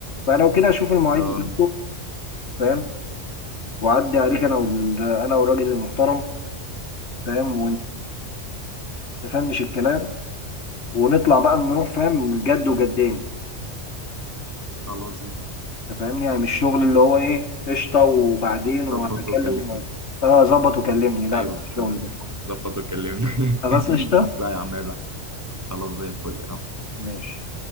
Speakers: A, on the left (about 70°); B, on the right (about 15°).
A: فلو كده أشوف المواعيد
B: اه
A: بتاعته فاهم وأعدي عليك أنا وال... أنا والراجل المحترم فاهم ونفنش الكلام ونطلع بقى نروح فاهم جد وجدان
B: خلاص زي الفل
A: أنت فاهمني يعني مش شغل اللي هو إيه قشطة وبعدين وهتكلم
B: ظبط وكلمني
A: و... آه ظبط وكلمني لا
B: ايوه
A: مش الشغل
B: فاهم.
A: ده
B: ظبط وكلمني
A: خلاص
B: <laughs>
A: قشطة
B: لا يا عم عيب عليك خلاص زي الفل
A: ماشي